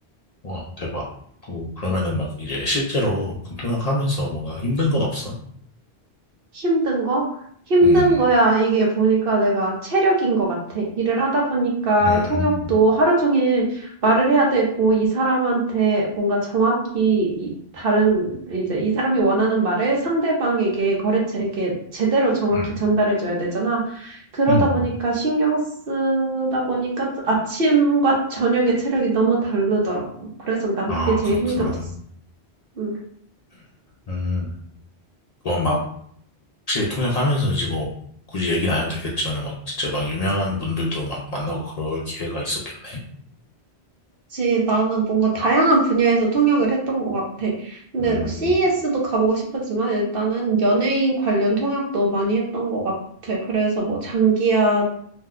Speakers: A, on the left; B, on the right.
A: 와, 대박. 그, 그러면은 막 이제 실제로 군통역 하면서 뭔가 힘든 건 없어?
B: 힘든 거? 힘든
A: 음,
B: 거야 이게 보니까 내가 체력인 것 같아. 일을 하다 보니까
A: 음,
B: 통역도 하루 종일 말을 해야 되고 이 사람한테 뭔가 정확히 이 다른 이제 이 사람이 원하는 말을 상대방에게 거래처에게 제대로 정확히
A: 음,
B: 전달해 줘야 되잖아. 그러다
A: 음.
B: 보니까 신경 쓰다 보니까 아침과 저녁의 체력이 너무 다르더라고. 그래서 난
A: 아,
B: 그게 제일
A: 그렇구나.
B: 힘들었어. 음.
A: 음, 그건 막 혹시 통역하면서 이제 뭐 굳이 얘기는 안 해도 되겠지만 막 진짜 막 유명한 분들도 막 만나고 그럴 기회가 있었겠네.
B: 그치. 나는 뭔가 다양한 분야에서 통역을 했던 것 같아. 근데
A: 음,
B: CES도 가보고 싶었지만 일단은 연예인 관련 통역도 많이 했던 것 같아. 그래서 뭐 장기야,